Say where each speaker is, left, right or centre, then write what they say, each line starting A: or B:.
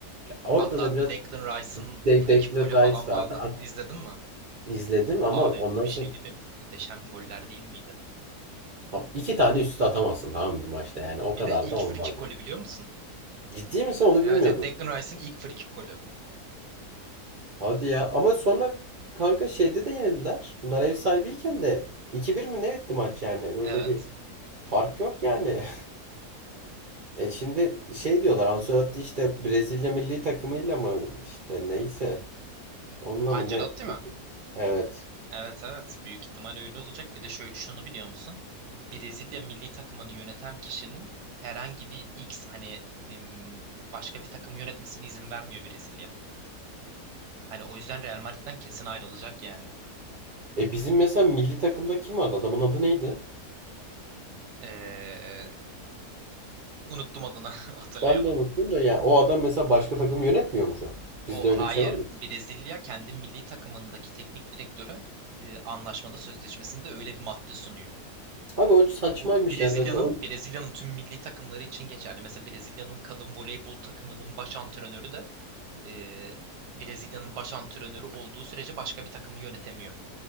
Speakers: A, on the right; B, on the right.
A: Ya orada
B: Hatta
A: da
B: Declan
A: biraz
B: Rice'ın
A: De
B: frikik
A: Declan
B: golü
A: Rice
B: falan vardı.
A: vardı. Abi
B: İzledin mi?
A: İzledim ama
B: Abi
A: ondan
B: bir
A: sonra
B: şey değil mi? Muhteşem goller değil miydi?
A: Abi iki tane üst üste atamazsın tamam mı bir maçta yani o
B: Bir
A: kadar
B: de ilk
A: da olmaz
B: free kick golü
A: yani.
B: biliyor musun?
A: Ciddi misin onu
B: Evet
A: bilmiyordum.
B: evet Declan Rice'ın ilk free kick golü.
A: Hadi ya ama sonra kanka şeyde de yenildiler. Bunlar ev sahibiyken de iki bir mi ne etti maç yani öyle
B: Evet.
A: bir fark yok yani. <laughs> E şimdi şey diyorlar Ancelotti işte Brezilya milli takımıyla mı işte neyse Onunla
B: Ancelotti
A: mı ne?
B: mi?
A: Evet.
B: Evet evet. Büyük ihtimal öyle olacak. Bir de şö- şunu biliyor musun? Brezilya milli takımını yöneten kişinin herhangi bir X hani em, başka bir takım yönetmesine izin vermiyor Brezilya. Hani o yüzden Real Madrid'den kesin ayrılacak yani.
A: E bizim mesela milli takımda kim vardı? Adamın adı neydi?
B: Ee, unuttum adını <laughs> hatırlayamadım.
A: Ben de unuttum da ya o adam mesela başka takım yönetmiyor mu şu an? Bizde
B: O
A: öyle
B: hayır.
A: bir şey var mı?
B: Brezilya kendi milli takımındaki teknik direktöre e, anlaşmada sözleşmesinde öyle bir madde sunuyor.
A: Abi o saçmaymış
B: Bu Brezilya'nın
A: yani. O-
B: Brezilya'nın tüm milli takımları için geçerli. Mesela Brezilya'nın kadın voleybol takımının baş antrenörü de e, Brezilya'nın baş antrenörü olduğu sürece başka bir takımı yönetemiyor